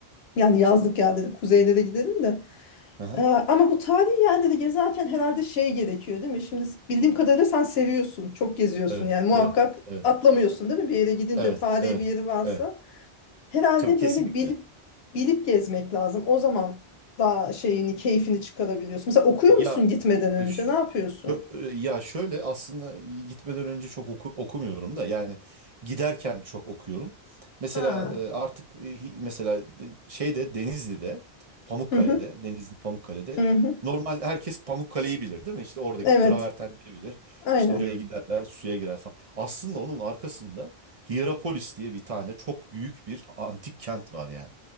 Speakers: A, on the left; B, on the right.
A: Yani yazlık yerlere, kuzeylere giderim de.
B: Hı hı.
A: Ee, ama bu tarihi yerleri gezerken herhalde şey gerekiyor değil mi? Şimdi bildiğim kadarıyla sen seviyorsun, çok geziyorsun
B: Evet.
A: yani muhakkak
B: Evet. Evet.
A: atlamıyorsun değil mi? Bir yere gidince
B: Evet.
A: tarihi
B: Evet.
A: bir yeri varsa
B: Evet.
A: herhalde
B: Tabii kesinlikle.
A: böyle bilip bilip gezmek lazım. O zaman daha şeyini, keyfini çıkarabiliyorsun. Mesela okuyor
B: Ya
A: musun gitmeden önce?
B: E, ş-
A: Ne yapıyorsun?
B: ö- e, Ya şöyle aslında gitmeden önce çok oku- okumuyorum da yani giderken çok okuyorum. Mesela
A: Ha.
B: e, artık e, hi- mesela de- şeyde Denizli'de Pamukkale'de
A: Hı hı.
B: Denizli Pamukkale'de
A: Hı hı.
B: normal herkes Pamukkale'yi bilir değil mi? İşte oradaki
A: Evet.
B: travertenleri bilir.
A: Aynen.
B: İşte oraya giderler suya girer falan. Aslında onun arkasında Hierapolis diye bir tane çok büyük bir antik kent var yani